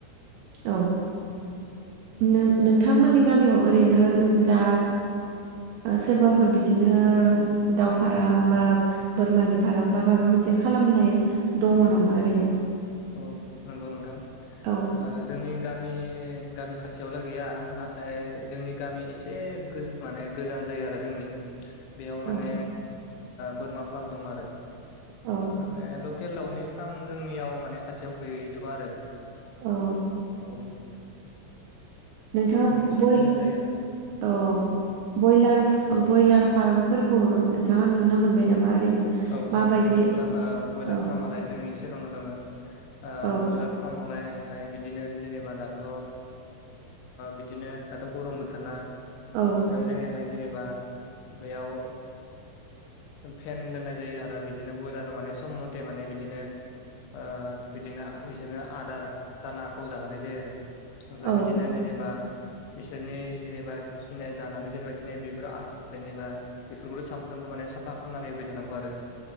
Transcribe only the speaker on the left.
औ नंगौ नोंथां
जोंनि गामि गामि खाथियावलाय गैया नाथाय जोंनि गामि एसे माने गोजान जायो आरो जोंनि बेयाव माने
बोरमा फार्म दं आरो
माने लकेदावनि फ्राम जोंनियाव माने खाथियाव गैथ' आरो
औ
जों एसे
गोजान जायो आरो
औ
औ नंगौ नोंथां बयलार
फार्मआलाय जोंनि सेरावनाव दङो
ब्रयलार फार्मावलायहाय बिदिनो जेनेबा दाथ' बिदिनो दाथ' गरम बोथोर ना
बेयाव जेनैहाय जेनेबा बेयाव फेन दोननाय जायो आरो बिदिनो ब्रयलार माने सम मथे माने बिदिनो ओ बिदिनो आ बिसोरनो आदार दानाखौ जाहोनाय जायो आरो। ओमफ्राय
बिदिनो जेनेबा बिसोरनि जेनेबा खिनाय जानानै जेनेबा खिनाय बेफोर जेनेबा बेफोरखौथ' सानफ्रोमबो माने साफा खालामनानै होबाय थानांगौ आरो